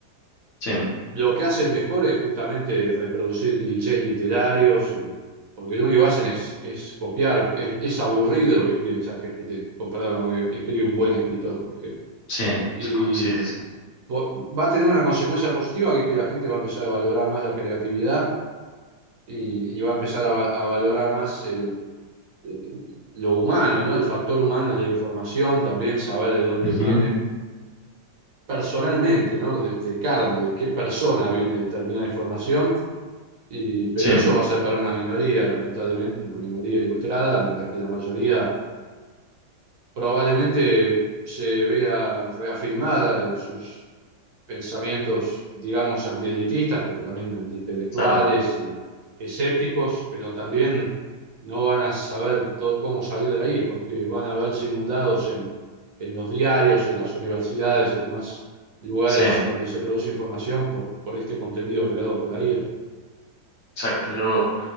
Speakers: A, on the left; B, on the right.
A: sí,
B: lo que hacen mejor es justamente reproducir clichés literarios y porque lo único que hacen es, es copiar, es, es aburrido lo que escribe ChatGPT comparado con lo que escribe un buen escritor, por ejemplo.
A: sí,
B: Y
A: sí, sí, sí.
B: vo- va a tener una consecuencia positiva, que es que la gente va a empezar a valorar más la creatividad y, y va a empezar a, va- a valorar más el, el- lo humano, ¿no? El factor humano de la información, también saber de dónde
A: Ujú,
B: viene personalmente, ¿no? De, de carne, de qué persona viene determinada información. Y, pero
A: Sí,
B: eso va a ser para una minoría, lamentablemente, una minoría ilustrada, mientras que la mayoría probablemente se vea reafirmada en sus pensamientos, digamos, antielitistas, pero también antiintelectuales
A: claro,
B: y escépticos, pero también no van a saber to- cómo salir de ahí, porque van a verse inundados en, en los diarios, en las universidades y demás lugares
A: sí,
B: donde se produce información por, por este contenido creado por la IA.
A: exacto. Yo,